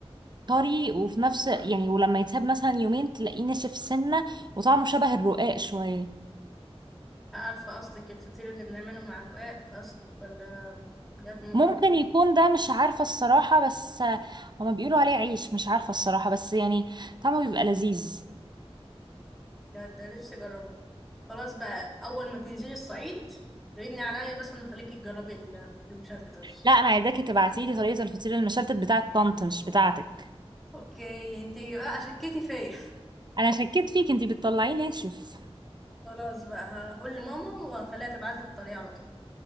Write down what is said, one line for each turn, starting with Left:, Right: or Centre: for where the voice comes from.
Right: طري وفي نفس يعني ولما يتساب مثلا يومين تلاقيه ناشف سنه وطعمه شبه الرقاق شويه
Centre: عارفة قصدك الفطير اللي بنعمله مع الرقاق قصدك ولا بجد مجرب
Right: ممكن يكون ده مش عارفه الصراحه بس آه، هما بيقولوا عليه عيش مش عارفه الصراحه بس يعني طعمه بيبقى لذيذ
Centre: بجد ده نفسي اجربه خلاص بقى اول ما تنزلي الصعيد ردني عليا بس ونخليكي تجربي الفطير المشلتت بس
Right: لا انا عايزاكي تبعتي لي طريقه الفطير المشلتت بتاعه طنط مش بتاعتك
Centre: اوكي انتي بقى شكيتي فيا
Right: انا شكيت فيك انتي بتطلعيه ناشف
Centre: خلاص بقى هقول لماما وهخليها تبعت لك الطريقة على طول